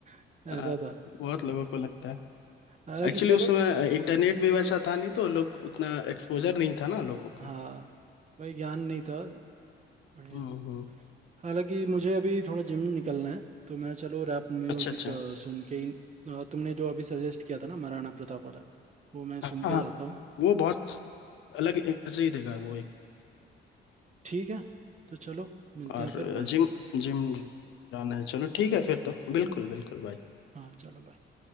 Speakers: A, on the right; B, on the left.
A: <laughs> ऐसा
B: हाँ,
A: था
B: बहुत लोगों को लगता है
A: हालांकि
B: एक्चुअली
A: चलो
B: उस समय इंटरनेट भी वैसा था नहीं तो लोग उतना एक्सपोजर नहीं था ना लोगों को
A: हाँ भाई ज्ञान नहीं था बढ़िया
B: हम्म हम्म
A: हालांकि मुझे अभी थोड़ा जिम निकलना है तो मैं चलो रैप म्यूजिक
B: अच्छा अच्छा
A: अ, सुन के ही अ, तुमने जो अभी सजेस्ट किया था ना महाराणा प्रताप वाला वो मैं
B: हाँ
A: सुन के
B: हाँ,
A: जाता हूँ
B: वो बहुत अलग एनर्जी देगा वो
A: ठीक है तो चलो मिलते
B: और
A: हैं फिर बाय
B: जिम जिम जाना है चलो ठीक है फिर तो बिल्कुल बिल्कुल भाई
A: हाँ चलो बाय